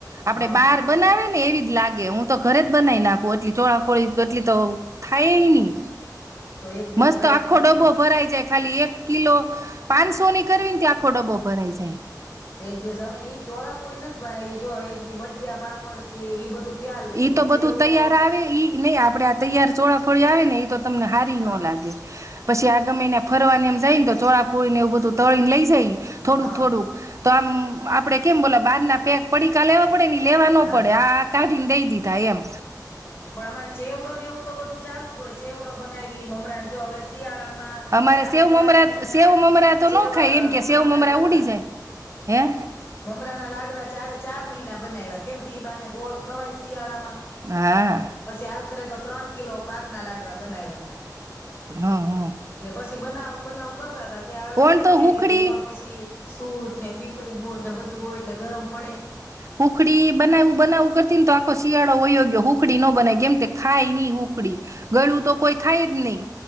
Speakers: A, on the right (about 45°); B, on the left (about 30°).
A: આપડણે
B: હા
A: બાર આવે ને એવી જ લાગે હું તો ઘરે જ બનાવી નાખું એટલી ચોળાફોળી એટલી તો થાય નહી
B: તો એક દિવસ
A: મસ્ત
B: ટ્રાય
A: આખખોટો
B: કરશું
A: ભ ભરાય જાય. ખાલી એક કિલો પાંચસો ની કરવી ત્યા ખો ડબો ભરાય જાય.
B: તો એક દિવસ અમે ઈ ચોળાપુરી નથી બનાવી જો એક દી મઠીયા પાપડ સી એ બધું. ત્યાર લાવી
A: ઈ તો બધું
B: ચેવડો
A: તૈયાર આવે ઈ નહ આપડે આ તૈયાર ચોળા ફળી આવે ને એ તો તમને હારી
B: હા
A: નો લાગે પછી આ ગમી ને ફરવાની એમ જાય ને તો ચો હો ઈ ને એવું બધું તળીને લઈ જાય ઈ થોડુંક
B: હા
A: થોડુંક તો આમ આપડે કેમ બોલા બારના પેક પડીકા લેવા પડે લેવાનો
B: હા
A: પડે આ તા દિન દેય દીધા એમ.
B: પણ આમાં ચેવડો ને એવું તો બધું ચાલુ જ હોય ચેવડો બનાવી મમરા જો હવે શિયાળામાં
A: અમારે
B: ચારે
A: સેવ
B: ચાર
A: મમરા
B: મહિના
A: સેવ મમરા તો
B: ચેવ
A: ન ખાય એમ કે સેવ
B: ના
A: મમરા
B: લાડવા
A: ઉડી જાય. હેં.
B: મમરા ના લાડવા ચારે ચાર મહિના બનાવ્યા કેમ ઈબાને ગોળ ખવાય શિયાળા માં.
A: હા
B: પછી હાલ ખરે તો ત્રણ કિલો પાચ. ના લાડવા બનાવ્યા હતા.
A: હ હ
B: તે પછી બનાવવું બનાવવું કરતા હતા ત્યાં હ
A: ઓણ
B: ગરમી
A: તો
B: આવી
A: હુખડી
B: ગઈ એમાં પછી સૂટ. ને પીપરી મૂડ ને બધું હોય એટલે ગરમ પડે.
A: હખડી બનાવું બનાવું કરતી ને તો આખો શિયાળો અયોગ્ય હખડી નો બનાય કેમ કે ખાય નહી હખડી ગળું તો કોઈ ખાય જ નહી.